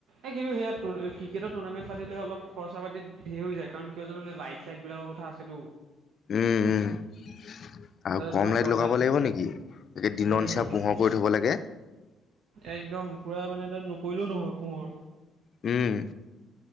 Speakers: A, on the right (about 75°); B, on the left (about 50°).
A: এই কিন্তু সেয়াত টুৰ্ এ ক্ৰিকেটৰ টুৰ্ণামেণ্ট পাতিলে অলপ খৰচা-পাতি ধেই হৈ যায়। কাৰণ, কিয় জাননে? লাইট-চাইট বিলাকৰ ক থা আছেটো।
B: উম, উম।
A: সেইকাৰণে
B: আৰু কম
A: তোমাৰ
B: লাইট
A: খৰচা
B: লগাব লাগিব নেকি? একে দিনৰ
A: উম
B: নিচিনা পোহৰ কৰি থব লাগে।
A: একদম পুৰা মানে, তাত নকৰিলেও নহব পোহৰ।
B: উম।